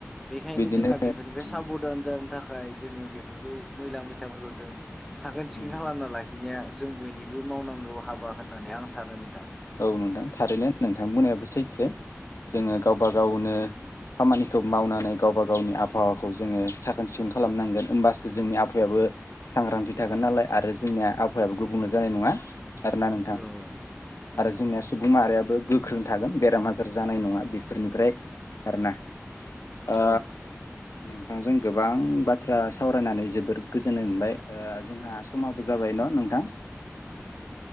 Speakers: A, in the centre; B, on the left.
A: बेखायनो
B: बिदिनो
A: जोंहा बेफोरनिफ्राय
B: उम
A: साबधान जानो थाखाय ओमफ्राय जोङो बेफोरखौ मैला मैथाफोरखौ जों साखोन सिखोन
B: उम
A: खालामना लाखिनाया जों बयनिबो मावनांगौ हाबा होननानै आं सानो नोंथां
B: औ नोंथां थारैनो नोंथां बुंनायाबो सैथो जोङो गावबा गावनो खामानिखौ मावनानै गावबा गावनि आबहावाखौ जोङो साखोन सिखोन खालामनांगोन होमबासो जोंनि आबहायाबो सांग्रांथि थागोन नालाय आरो जोंनिया आबहावायाबो गुबुंले जानाय नङा आरोना नोंथां
A: औ औ उम
B: आरो जोंनिया सुबुं माहारियाबो गोख्रों थागोन बेराम आजार जानाय नङा बेफोरनिफ्राय आरोना ओ
A: औ
B: नोंथांजों गोबां बाथ्रा सावरायनानै जोबोर गोजोननाय मोनबाय ओ जोंहा समाबो जाबाय न नोंथां